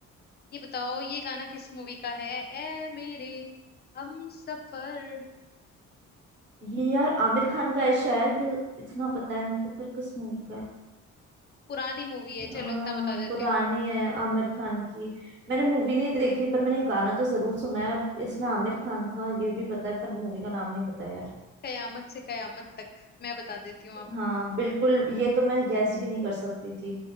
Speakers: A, on the left; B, on the right.
A: ये बताओ ये गाना किस मूवी का है ए मेरे हम सफर
B: ये यार आमिर खान का है शायद इतना पता है मेरे को पर किस मूवी का है
A: पुरानी मूवी है चलो
B: आ,
A: इतना बता देती
B: पुरानी
A: हूँ
B: है आमिर खान की मैंने मूवी नहीं देखी पर मैंने गाना तो जरूर सुना है और इसमें आमिर खान था ये भी पता है पर मूवी का नाम नहीं पता यार
A: कयामत से कयामत तक मैं बता देती हूँ आपको
B: हाँ बिल्कुल ये तो मैं गैस भी नहीं कर सकती थी